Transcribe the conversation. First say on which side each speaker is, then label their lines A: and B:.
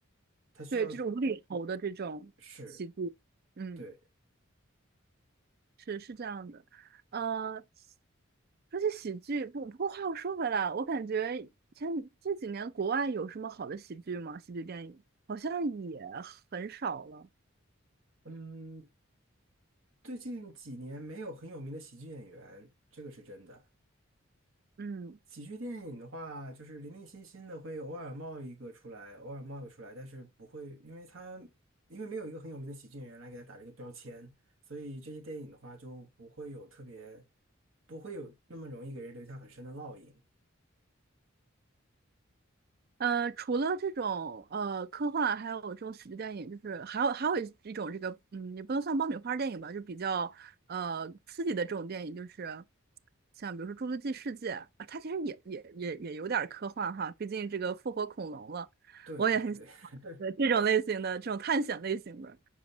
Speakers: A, on the right (about 70°); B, on the right (about 50°).
A: 他需要，
B: 对，这种无厘头的这种喜剧，
A: 是，
B: 嗯。
A: 对，
B: 是是这样的，呃，说起喜剧，不不过话又说回来，我感觉前这几年国外有什么好的喜剧吗？喜剧电影好像也很少了。
A: 嗯，最近几年没有很有名的喜剧演员，这个是真的。
B: 嗯，
A: 喜剧电影的话，就是零零星星的会偶尔冒一个出来，偶尔冒一个出来，但是不会，因为他因为没有一个很有名的喜剧演员来给他打这个标签，所以这些电影的话就不会有特别，不会有那么容易给人留下很深的烙印。
B: 呃，除了这种呃科幻，还有这种喜剧电影，就是还有还有一种这个，嗯，也不能算爆米花电影吧，就比较呃刺激的这种电影，就是像比如说《侏罗纪世界》啊它其实也也也也有点儿科幻哈，毕竟这个复活恐龙了，
A: 对对对，
B: 我也很喜欢对这种类型的这种探险类型的，
A: <laughs>